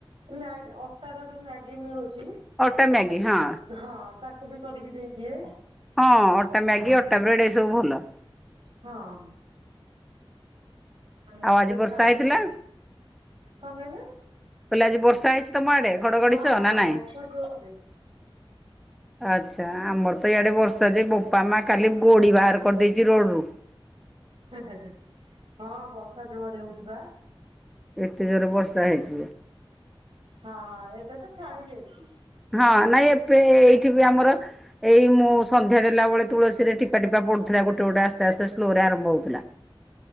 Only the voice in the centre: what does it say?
ଅଟା ମ୍ୟାଗି ହଁ।
ହଁ ଅଟା ମ୍ୟାଗି ଅଟା ବ୍ରେଡ ଏ ସବୁ ଭଲ।
ଆଉ ଆଜି ବର୍ଷା
ହେଇଥିଲା
କହିଲେ ଆଜି ବର୍ଷା ହେଇଛି ତମ ଆଡେ ଘଡଘଡି
ସହ
ନା ନାଇଁ?
ଆଚ୍ଛା ଆମର ତ ଇଆଡ଼େ ବର୍ଷା ଯେ ବୋପା ମା କାଲି ଗୋଡ଼ି ବାହାର କରିଦେଇଛି ରୋଡ଼ରୁ। <unintelligible>
ଏତେ ଜୋରରେ ବର୍ଷା ହେଇଛି ବେ।
ହଁ ନାଇଁ ଏବେ ଏଇଠି ବି ଆମର ଏଇ ମୁଁ ସନ୍ଧ୍ୟା ଦେଲାବେଳେ ତୁଳସୀରେ ଟିପାଟିପା ପଡୁଥିଲା ଗୋଟେ ଗୋଟେ ଆସ୍ତେ ଆସ୍ତେ ସ୍ଲୋ ରେ ଆରମ୍ଭ ହଉଥିଲା।